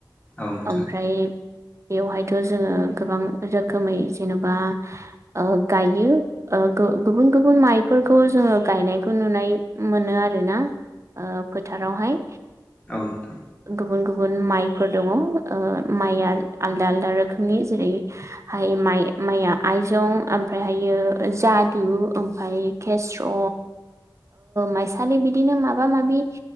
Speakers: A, on the left; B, on the right.
A: औ नोंथां
B: ओमफ्राय बेवहायथ' जोङो गोबां रोखोमै जेनेबा ओ गायो ओ गुबुन गुबुन माइफोरखौ जोङो गायनायखौ नुनाय मोनो आरोना ओ फोथारावहाय
A: औ नोंथां
B: गुबुन गुबुन माइफोर दंङ माइआ आलदा आलदा रोखोमनि जेरैहाय माइ माइआ आइजं ओमफ्रायहायो जादु ओमफ्राय केस्र' माइसालि बिदिनो माबा माबि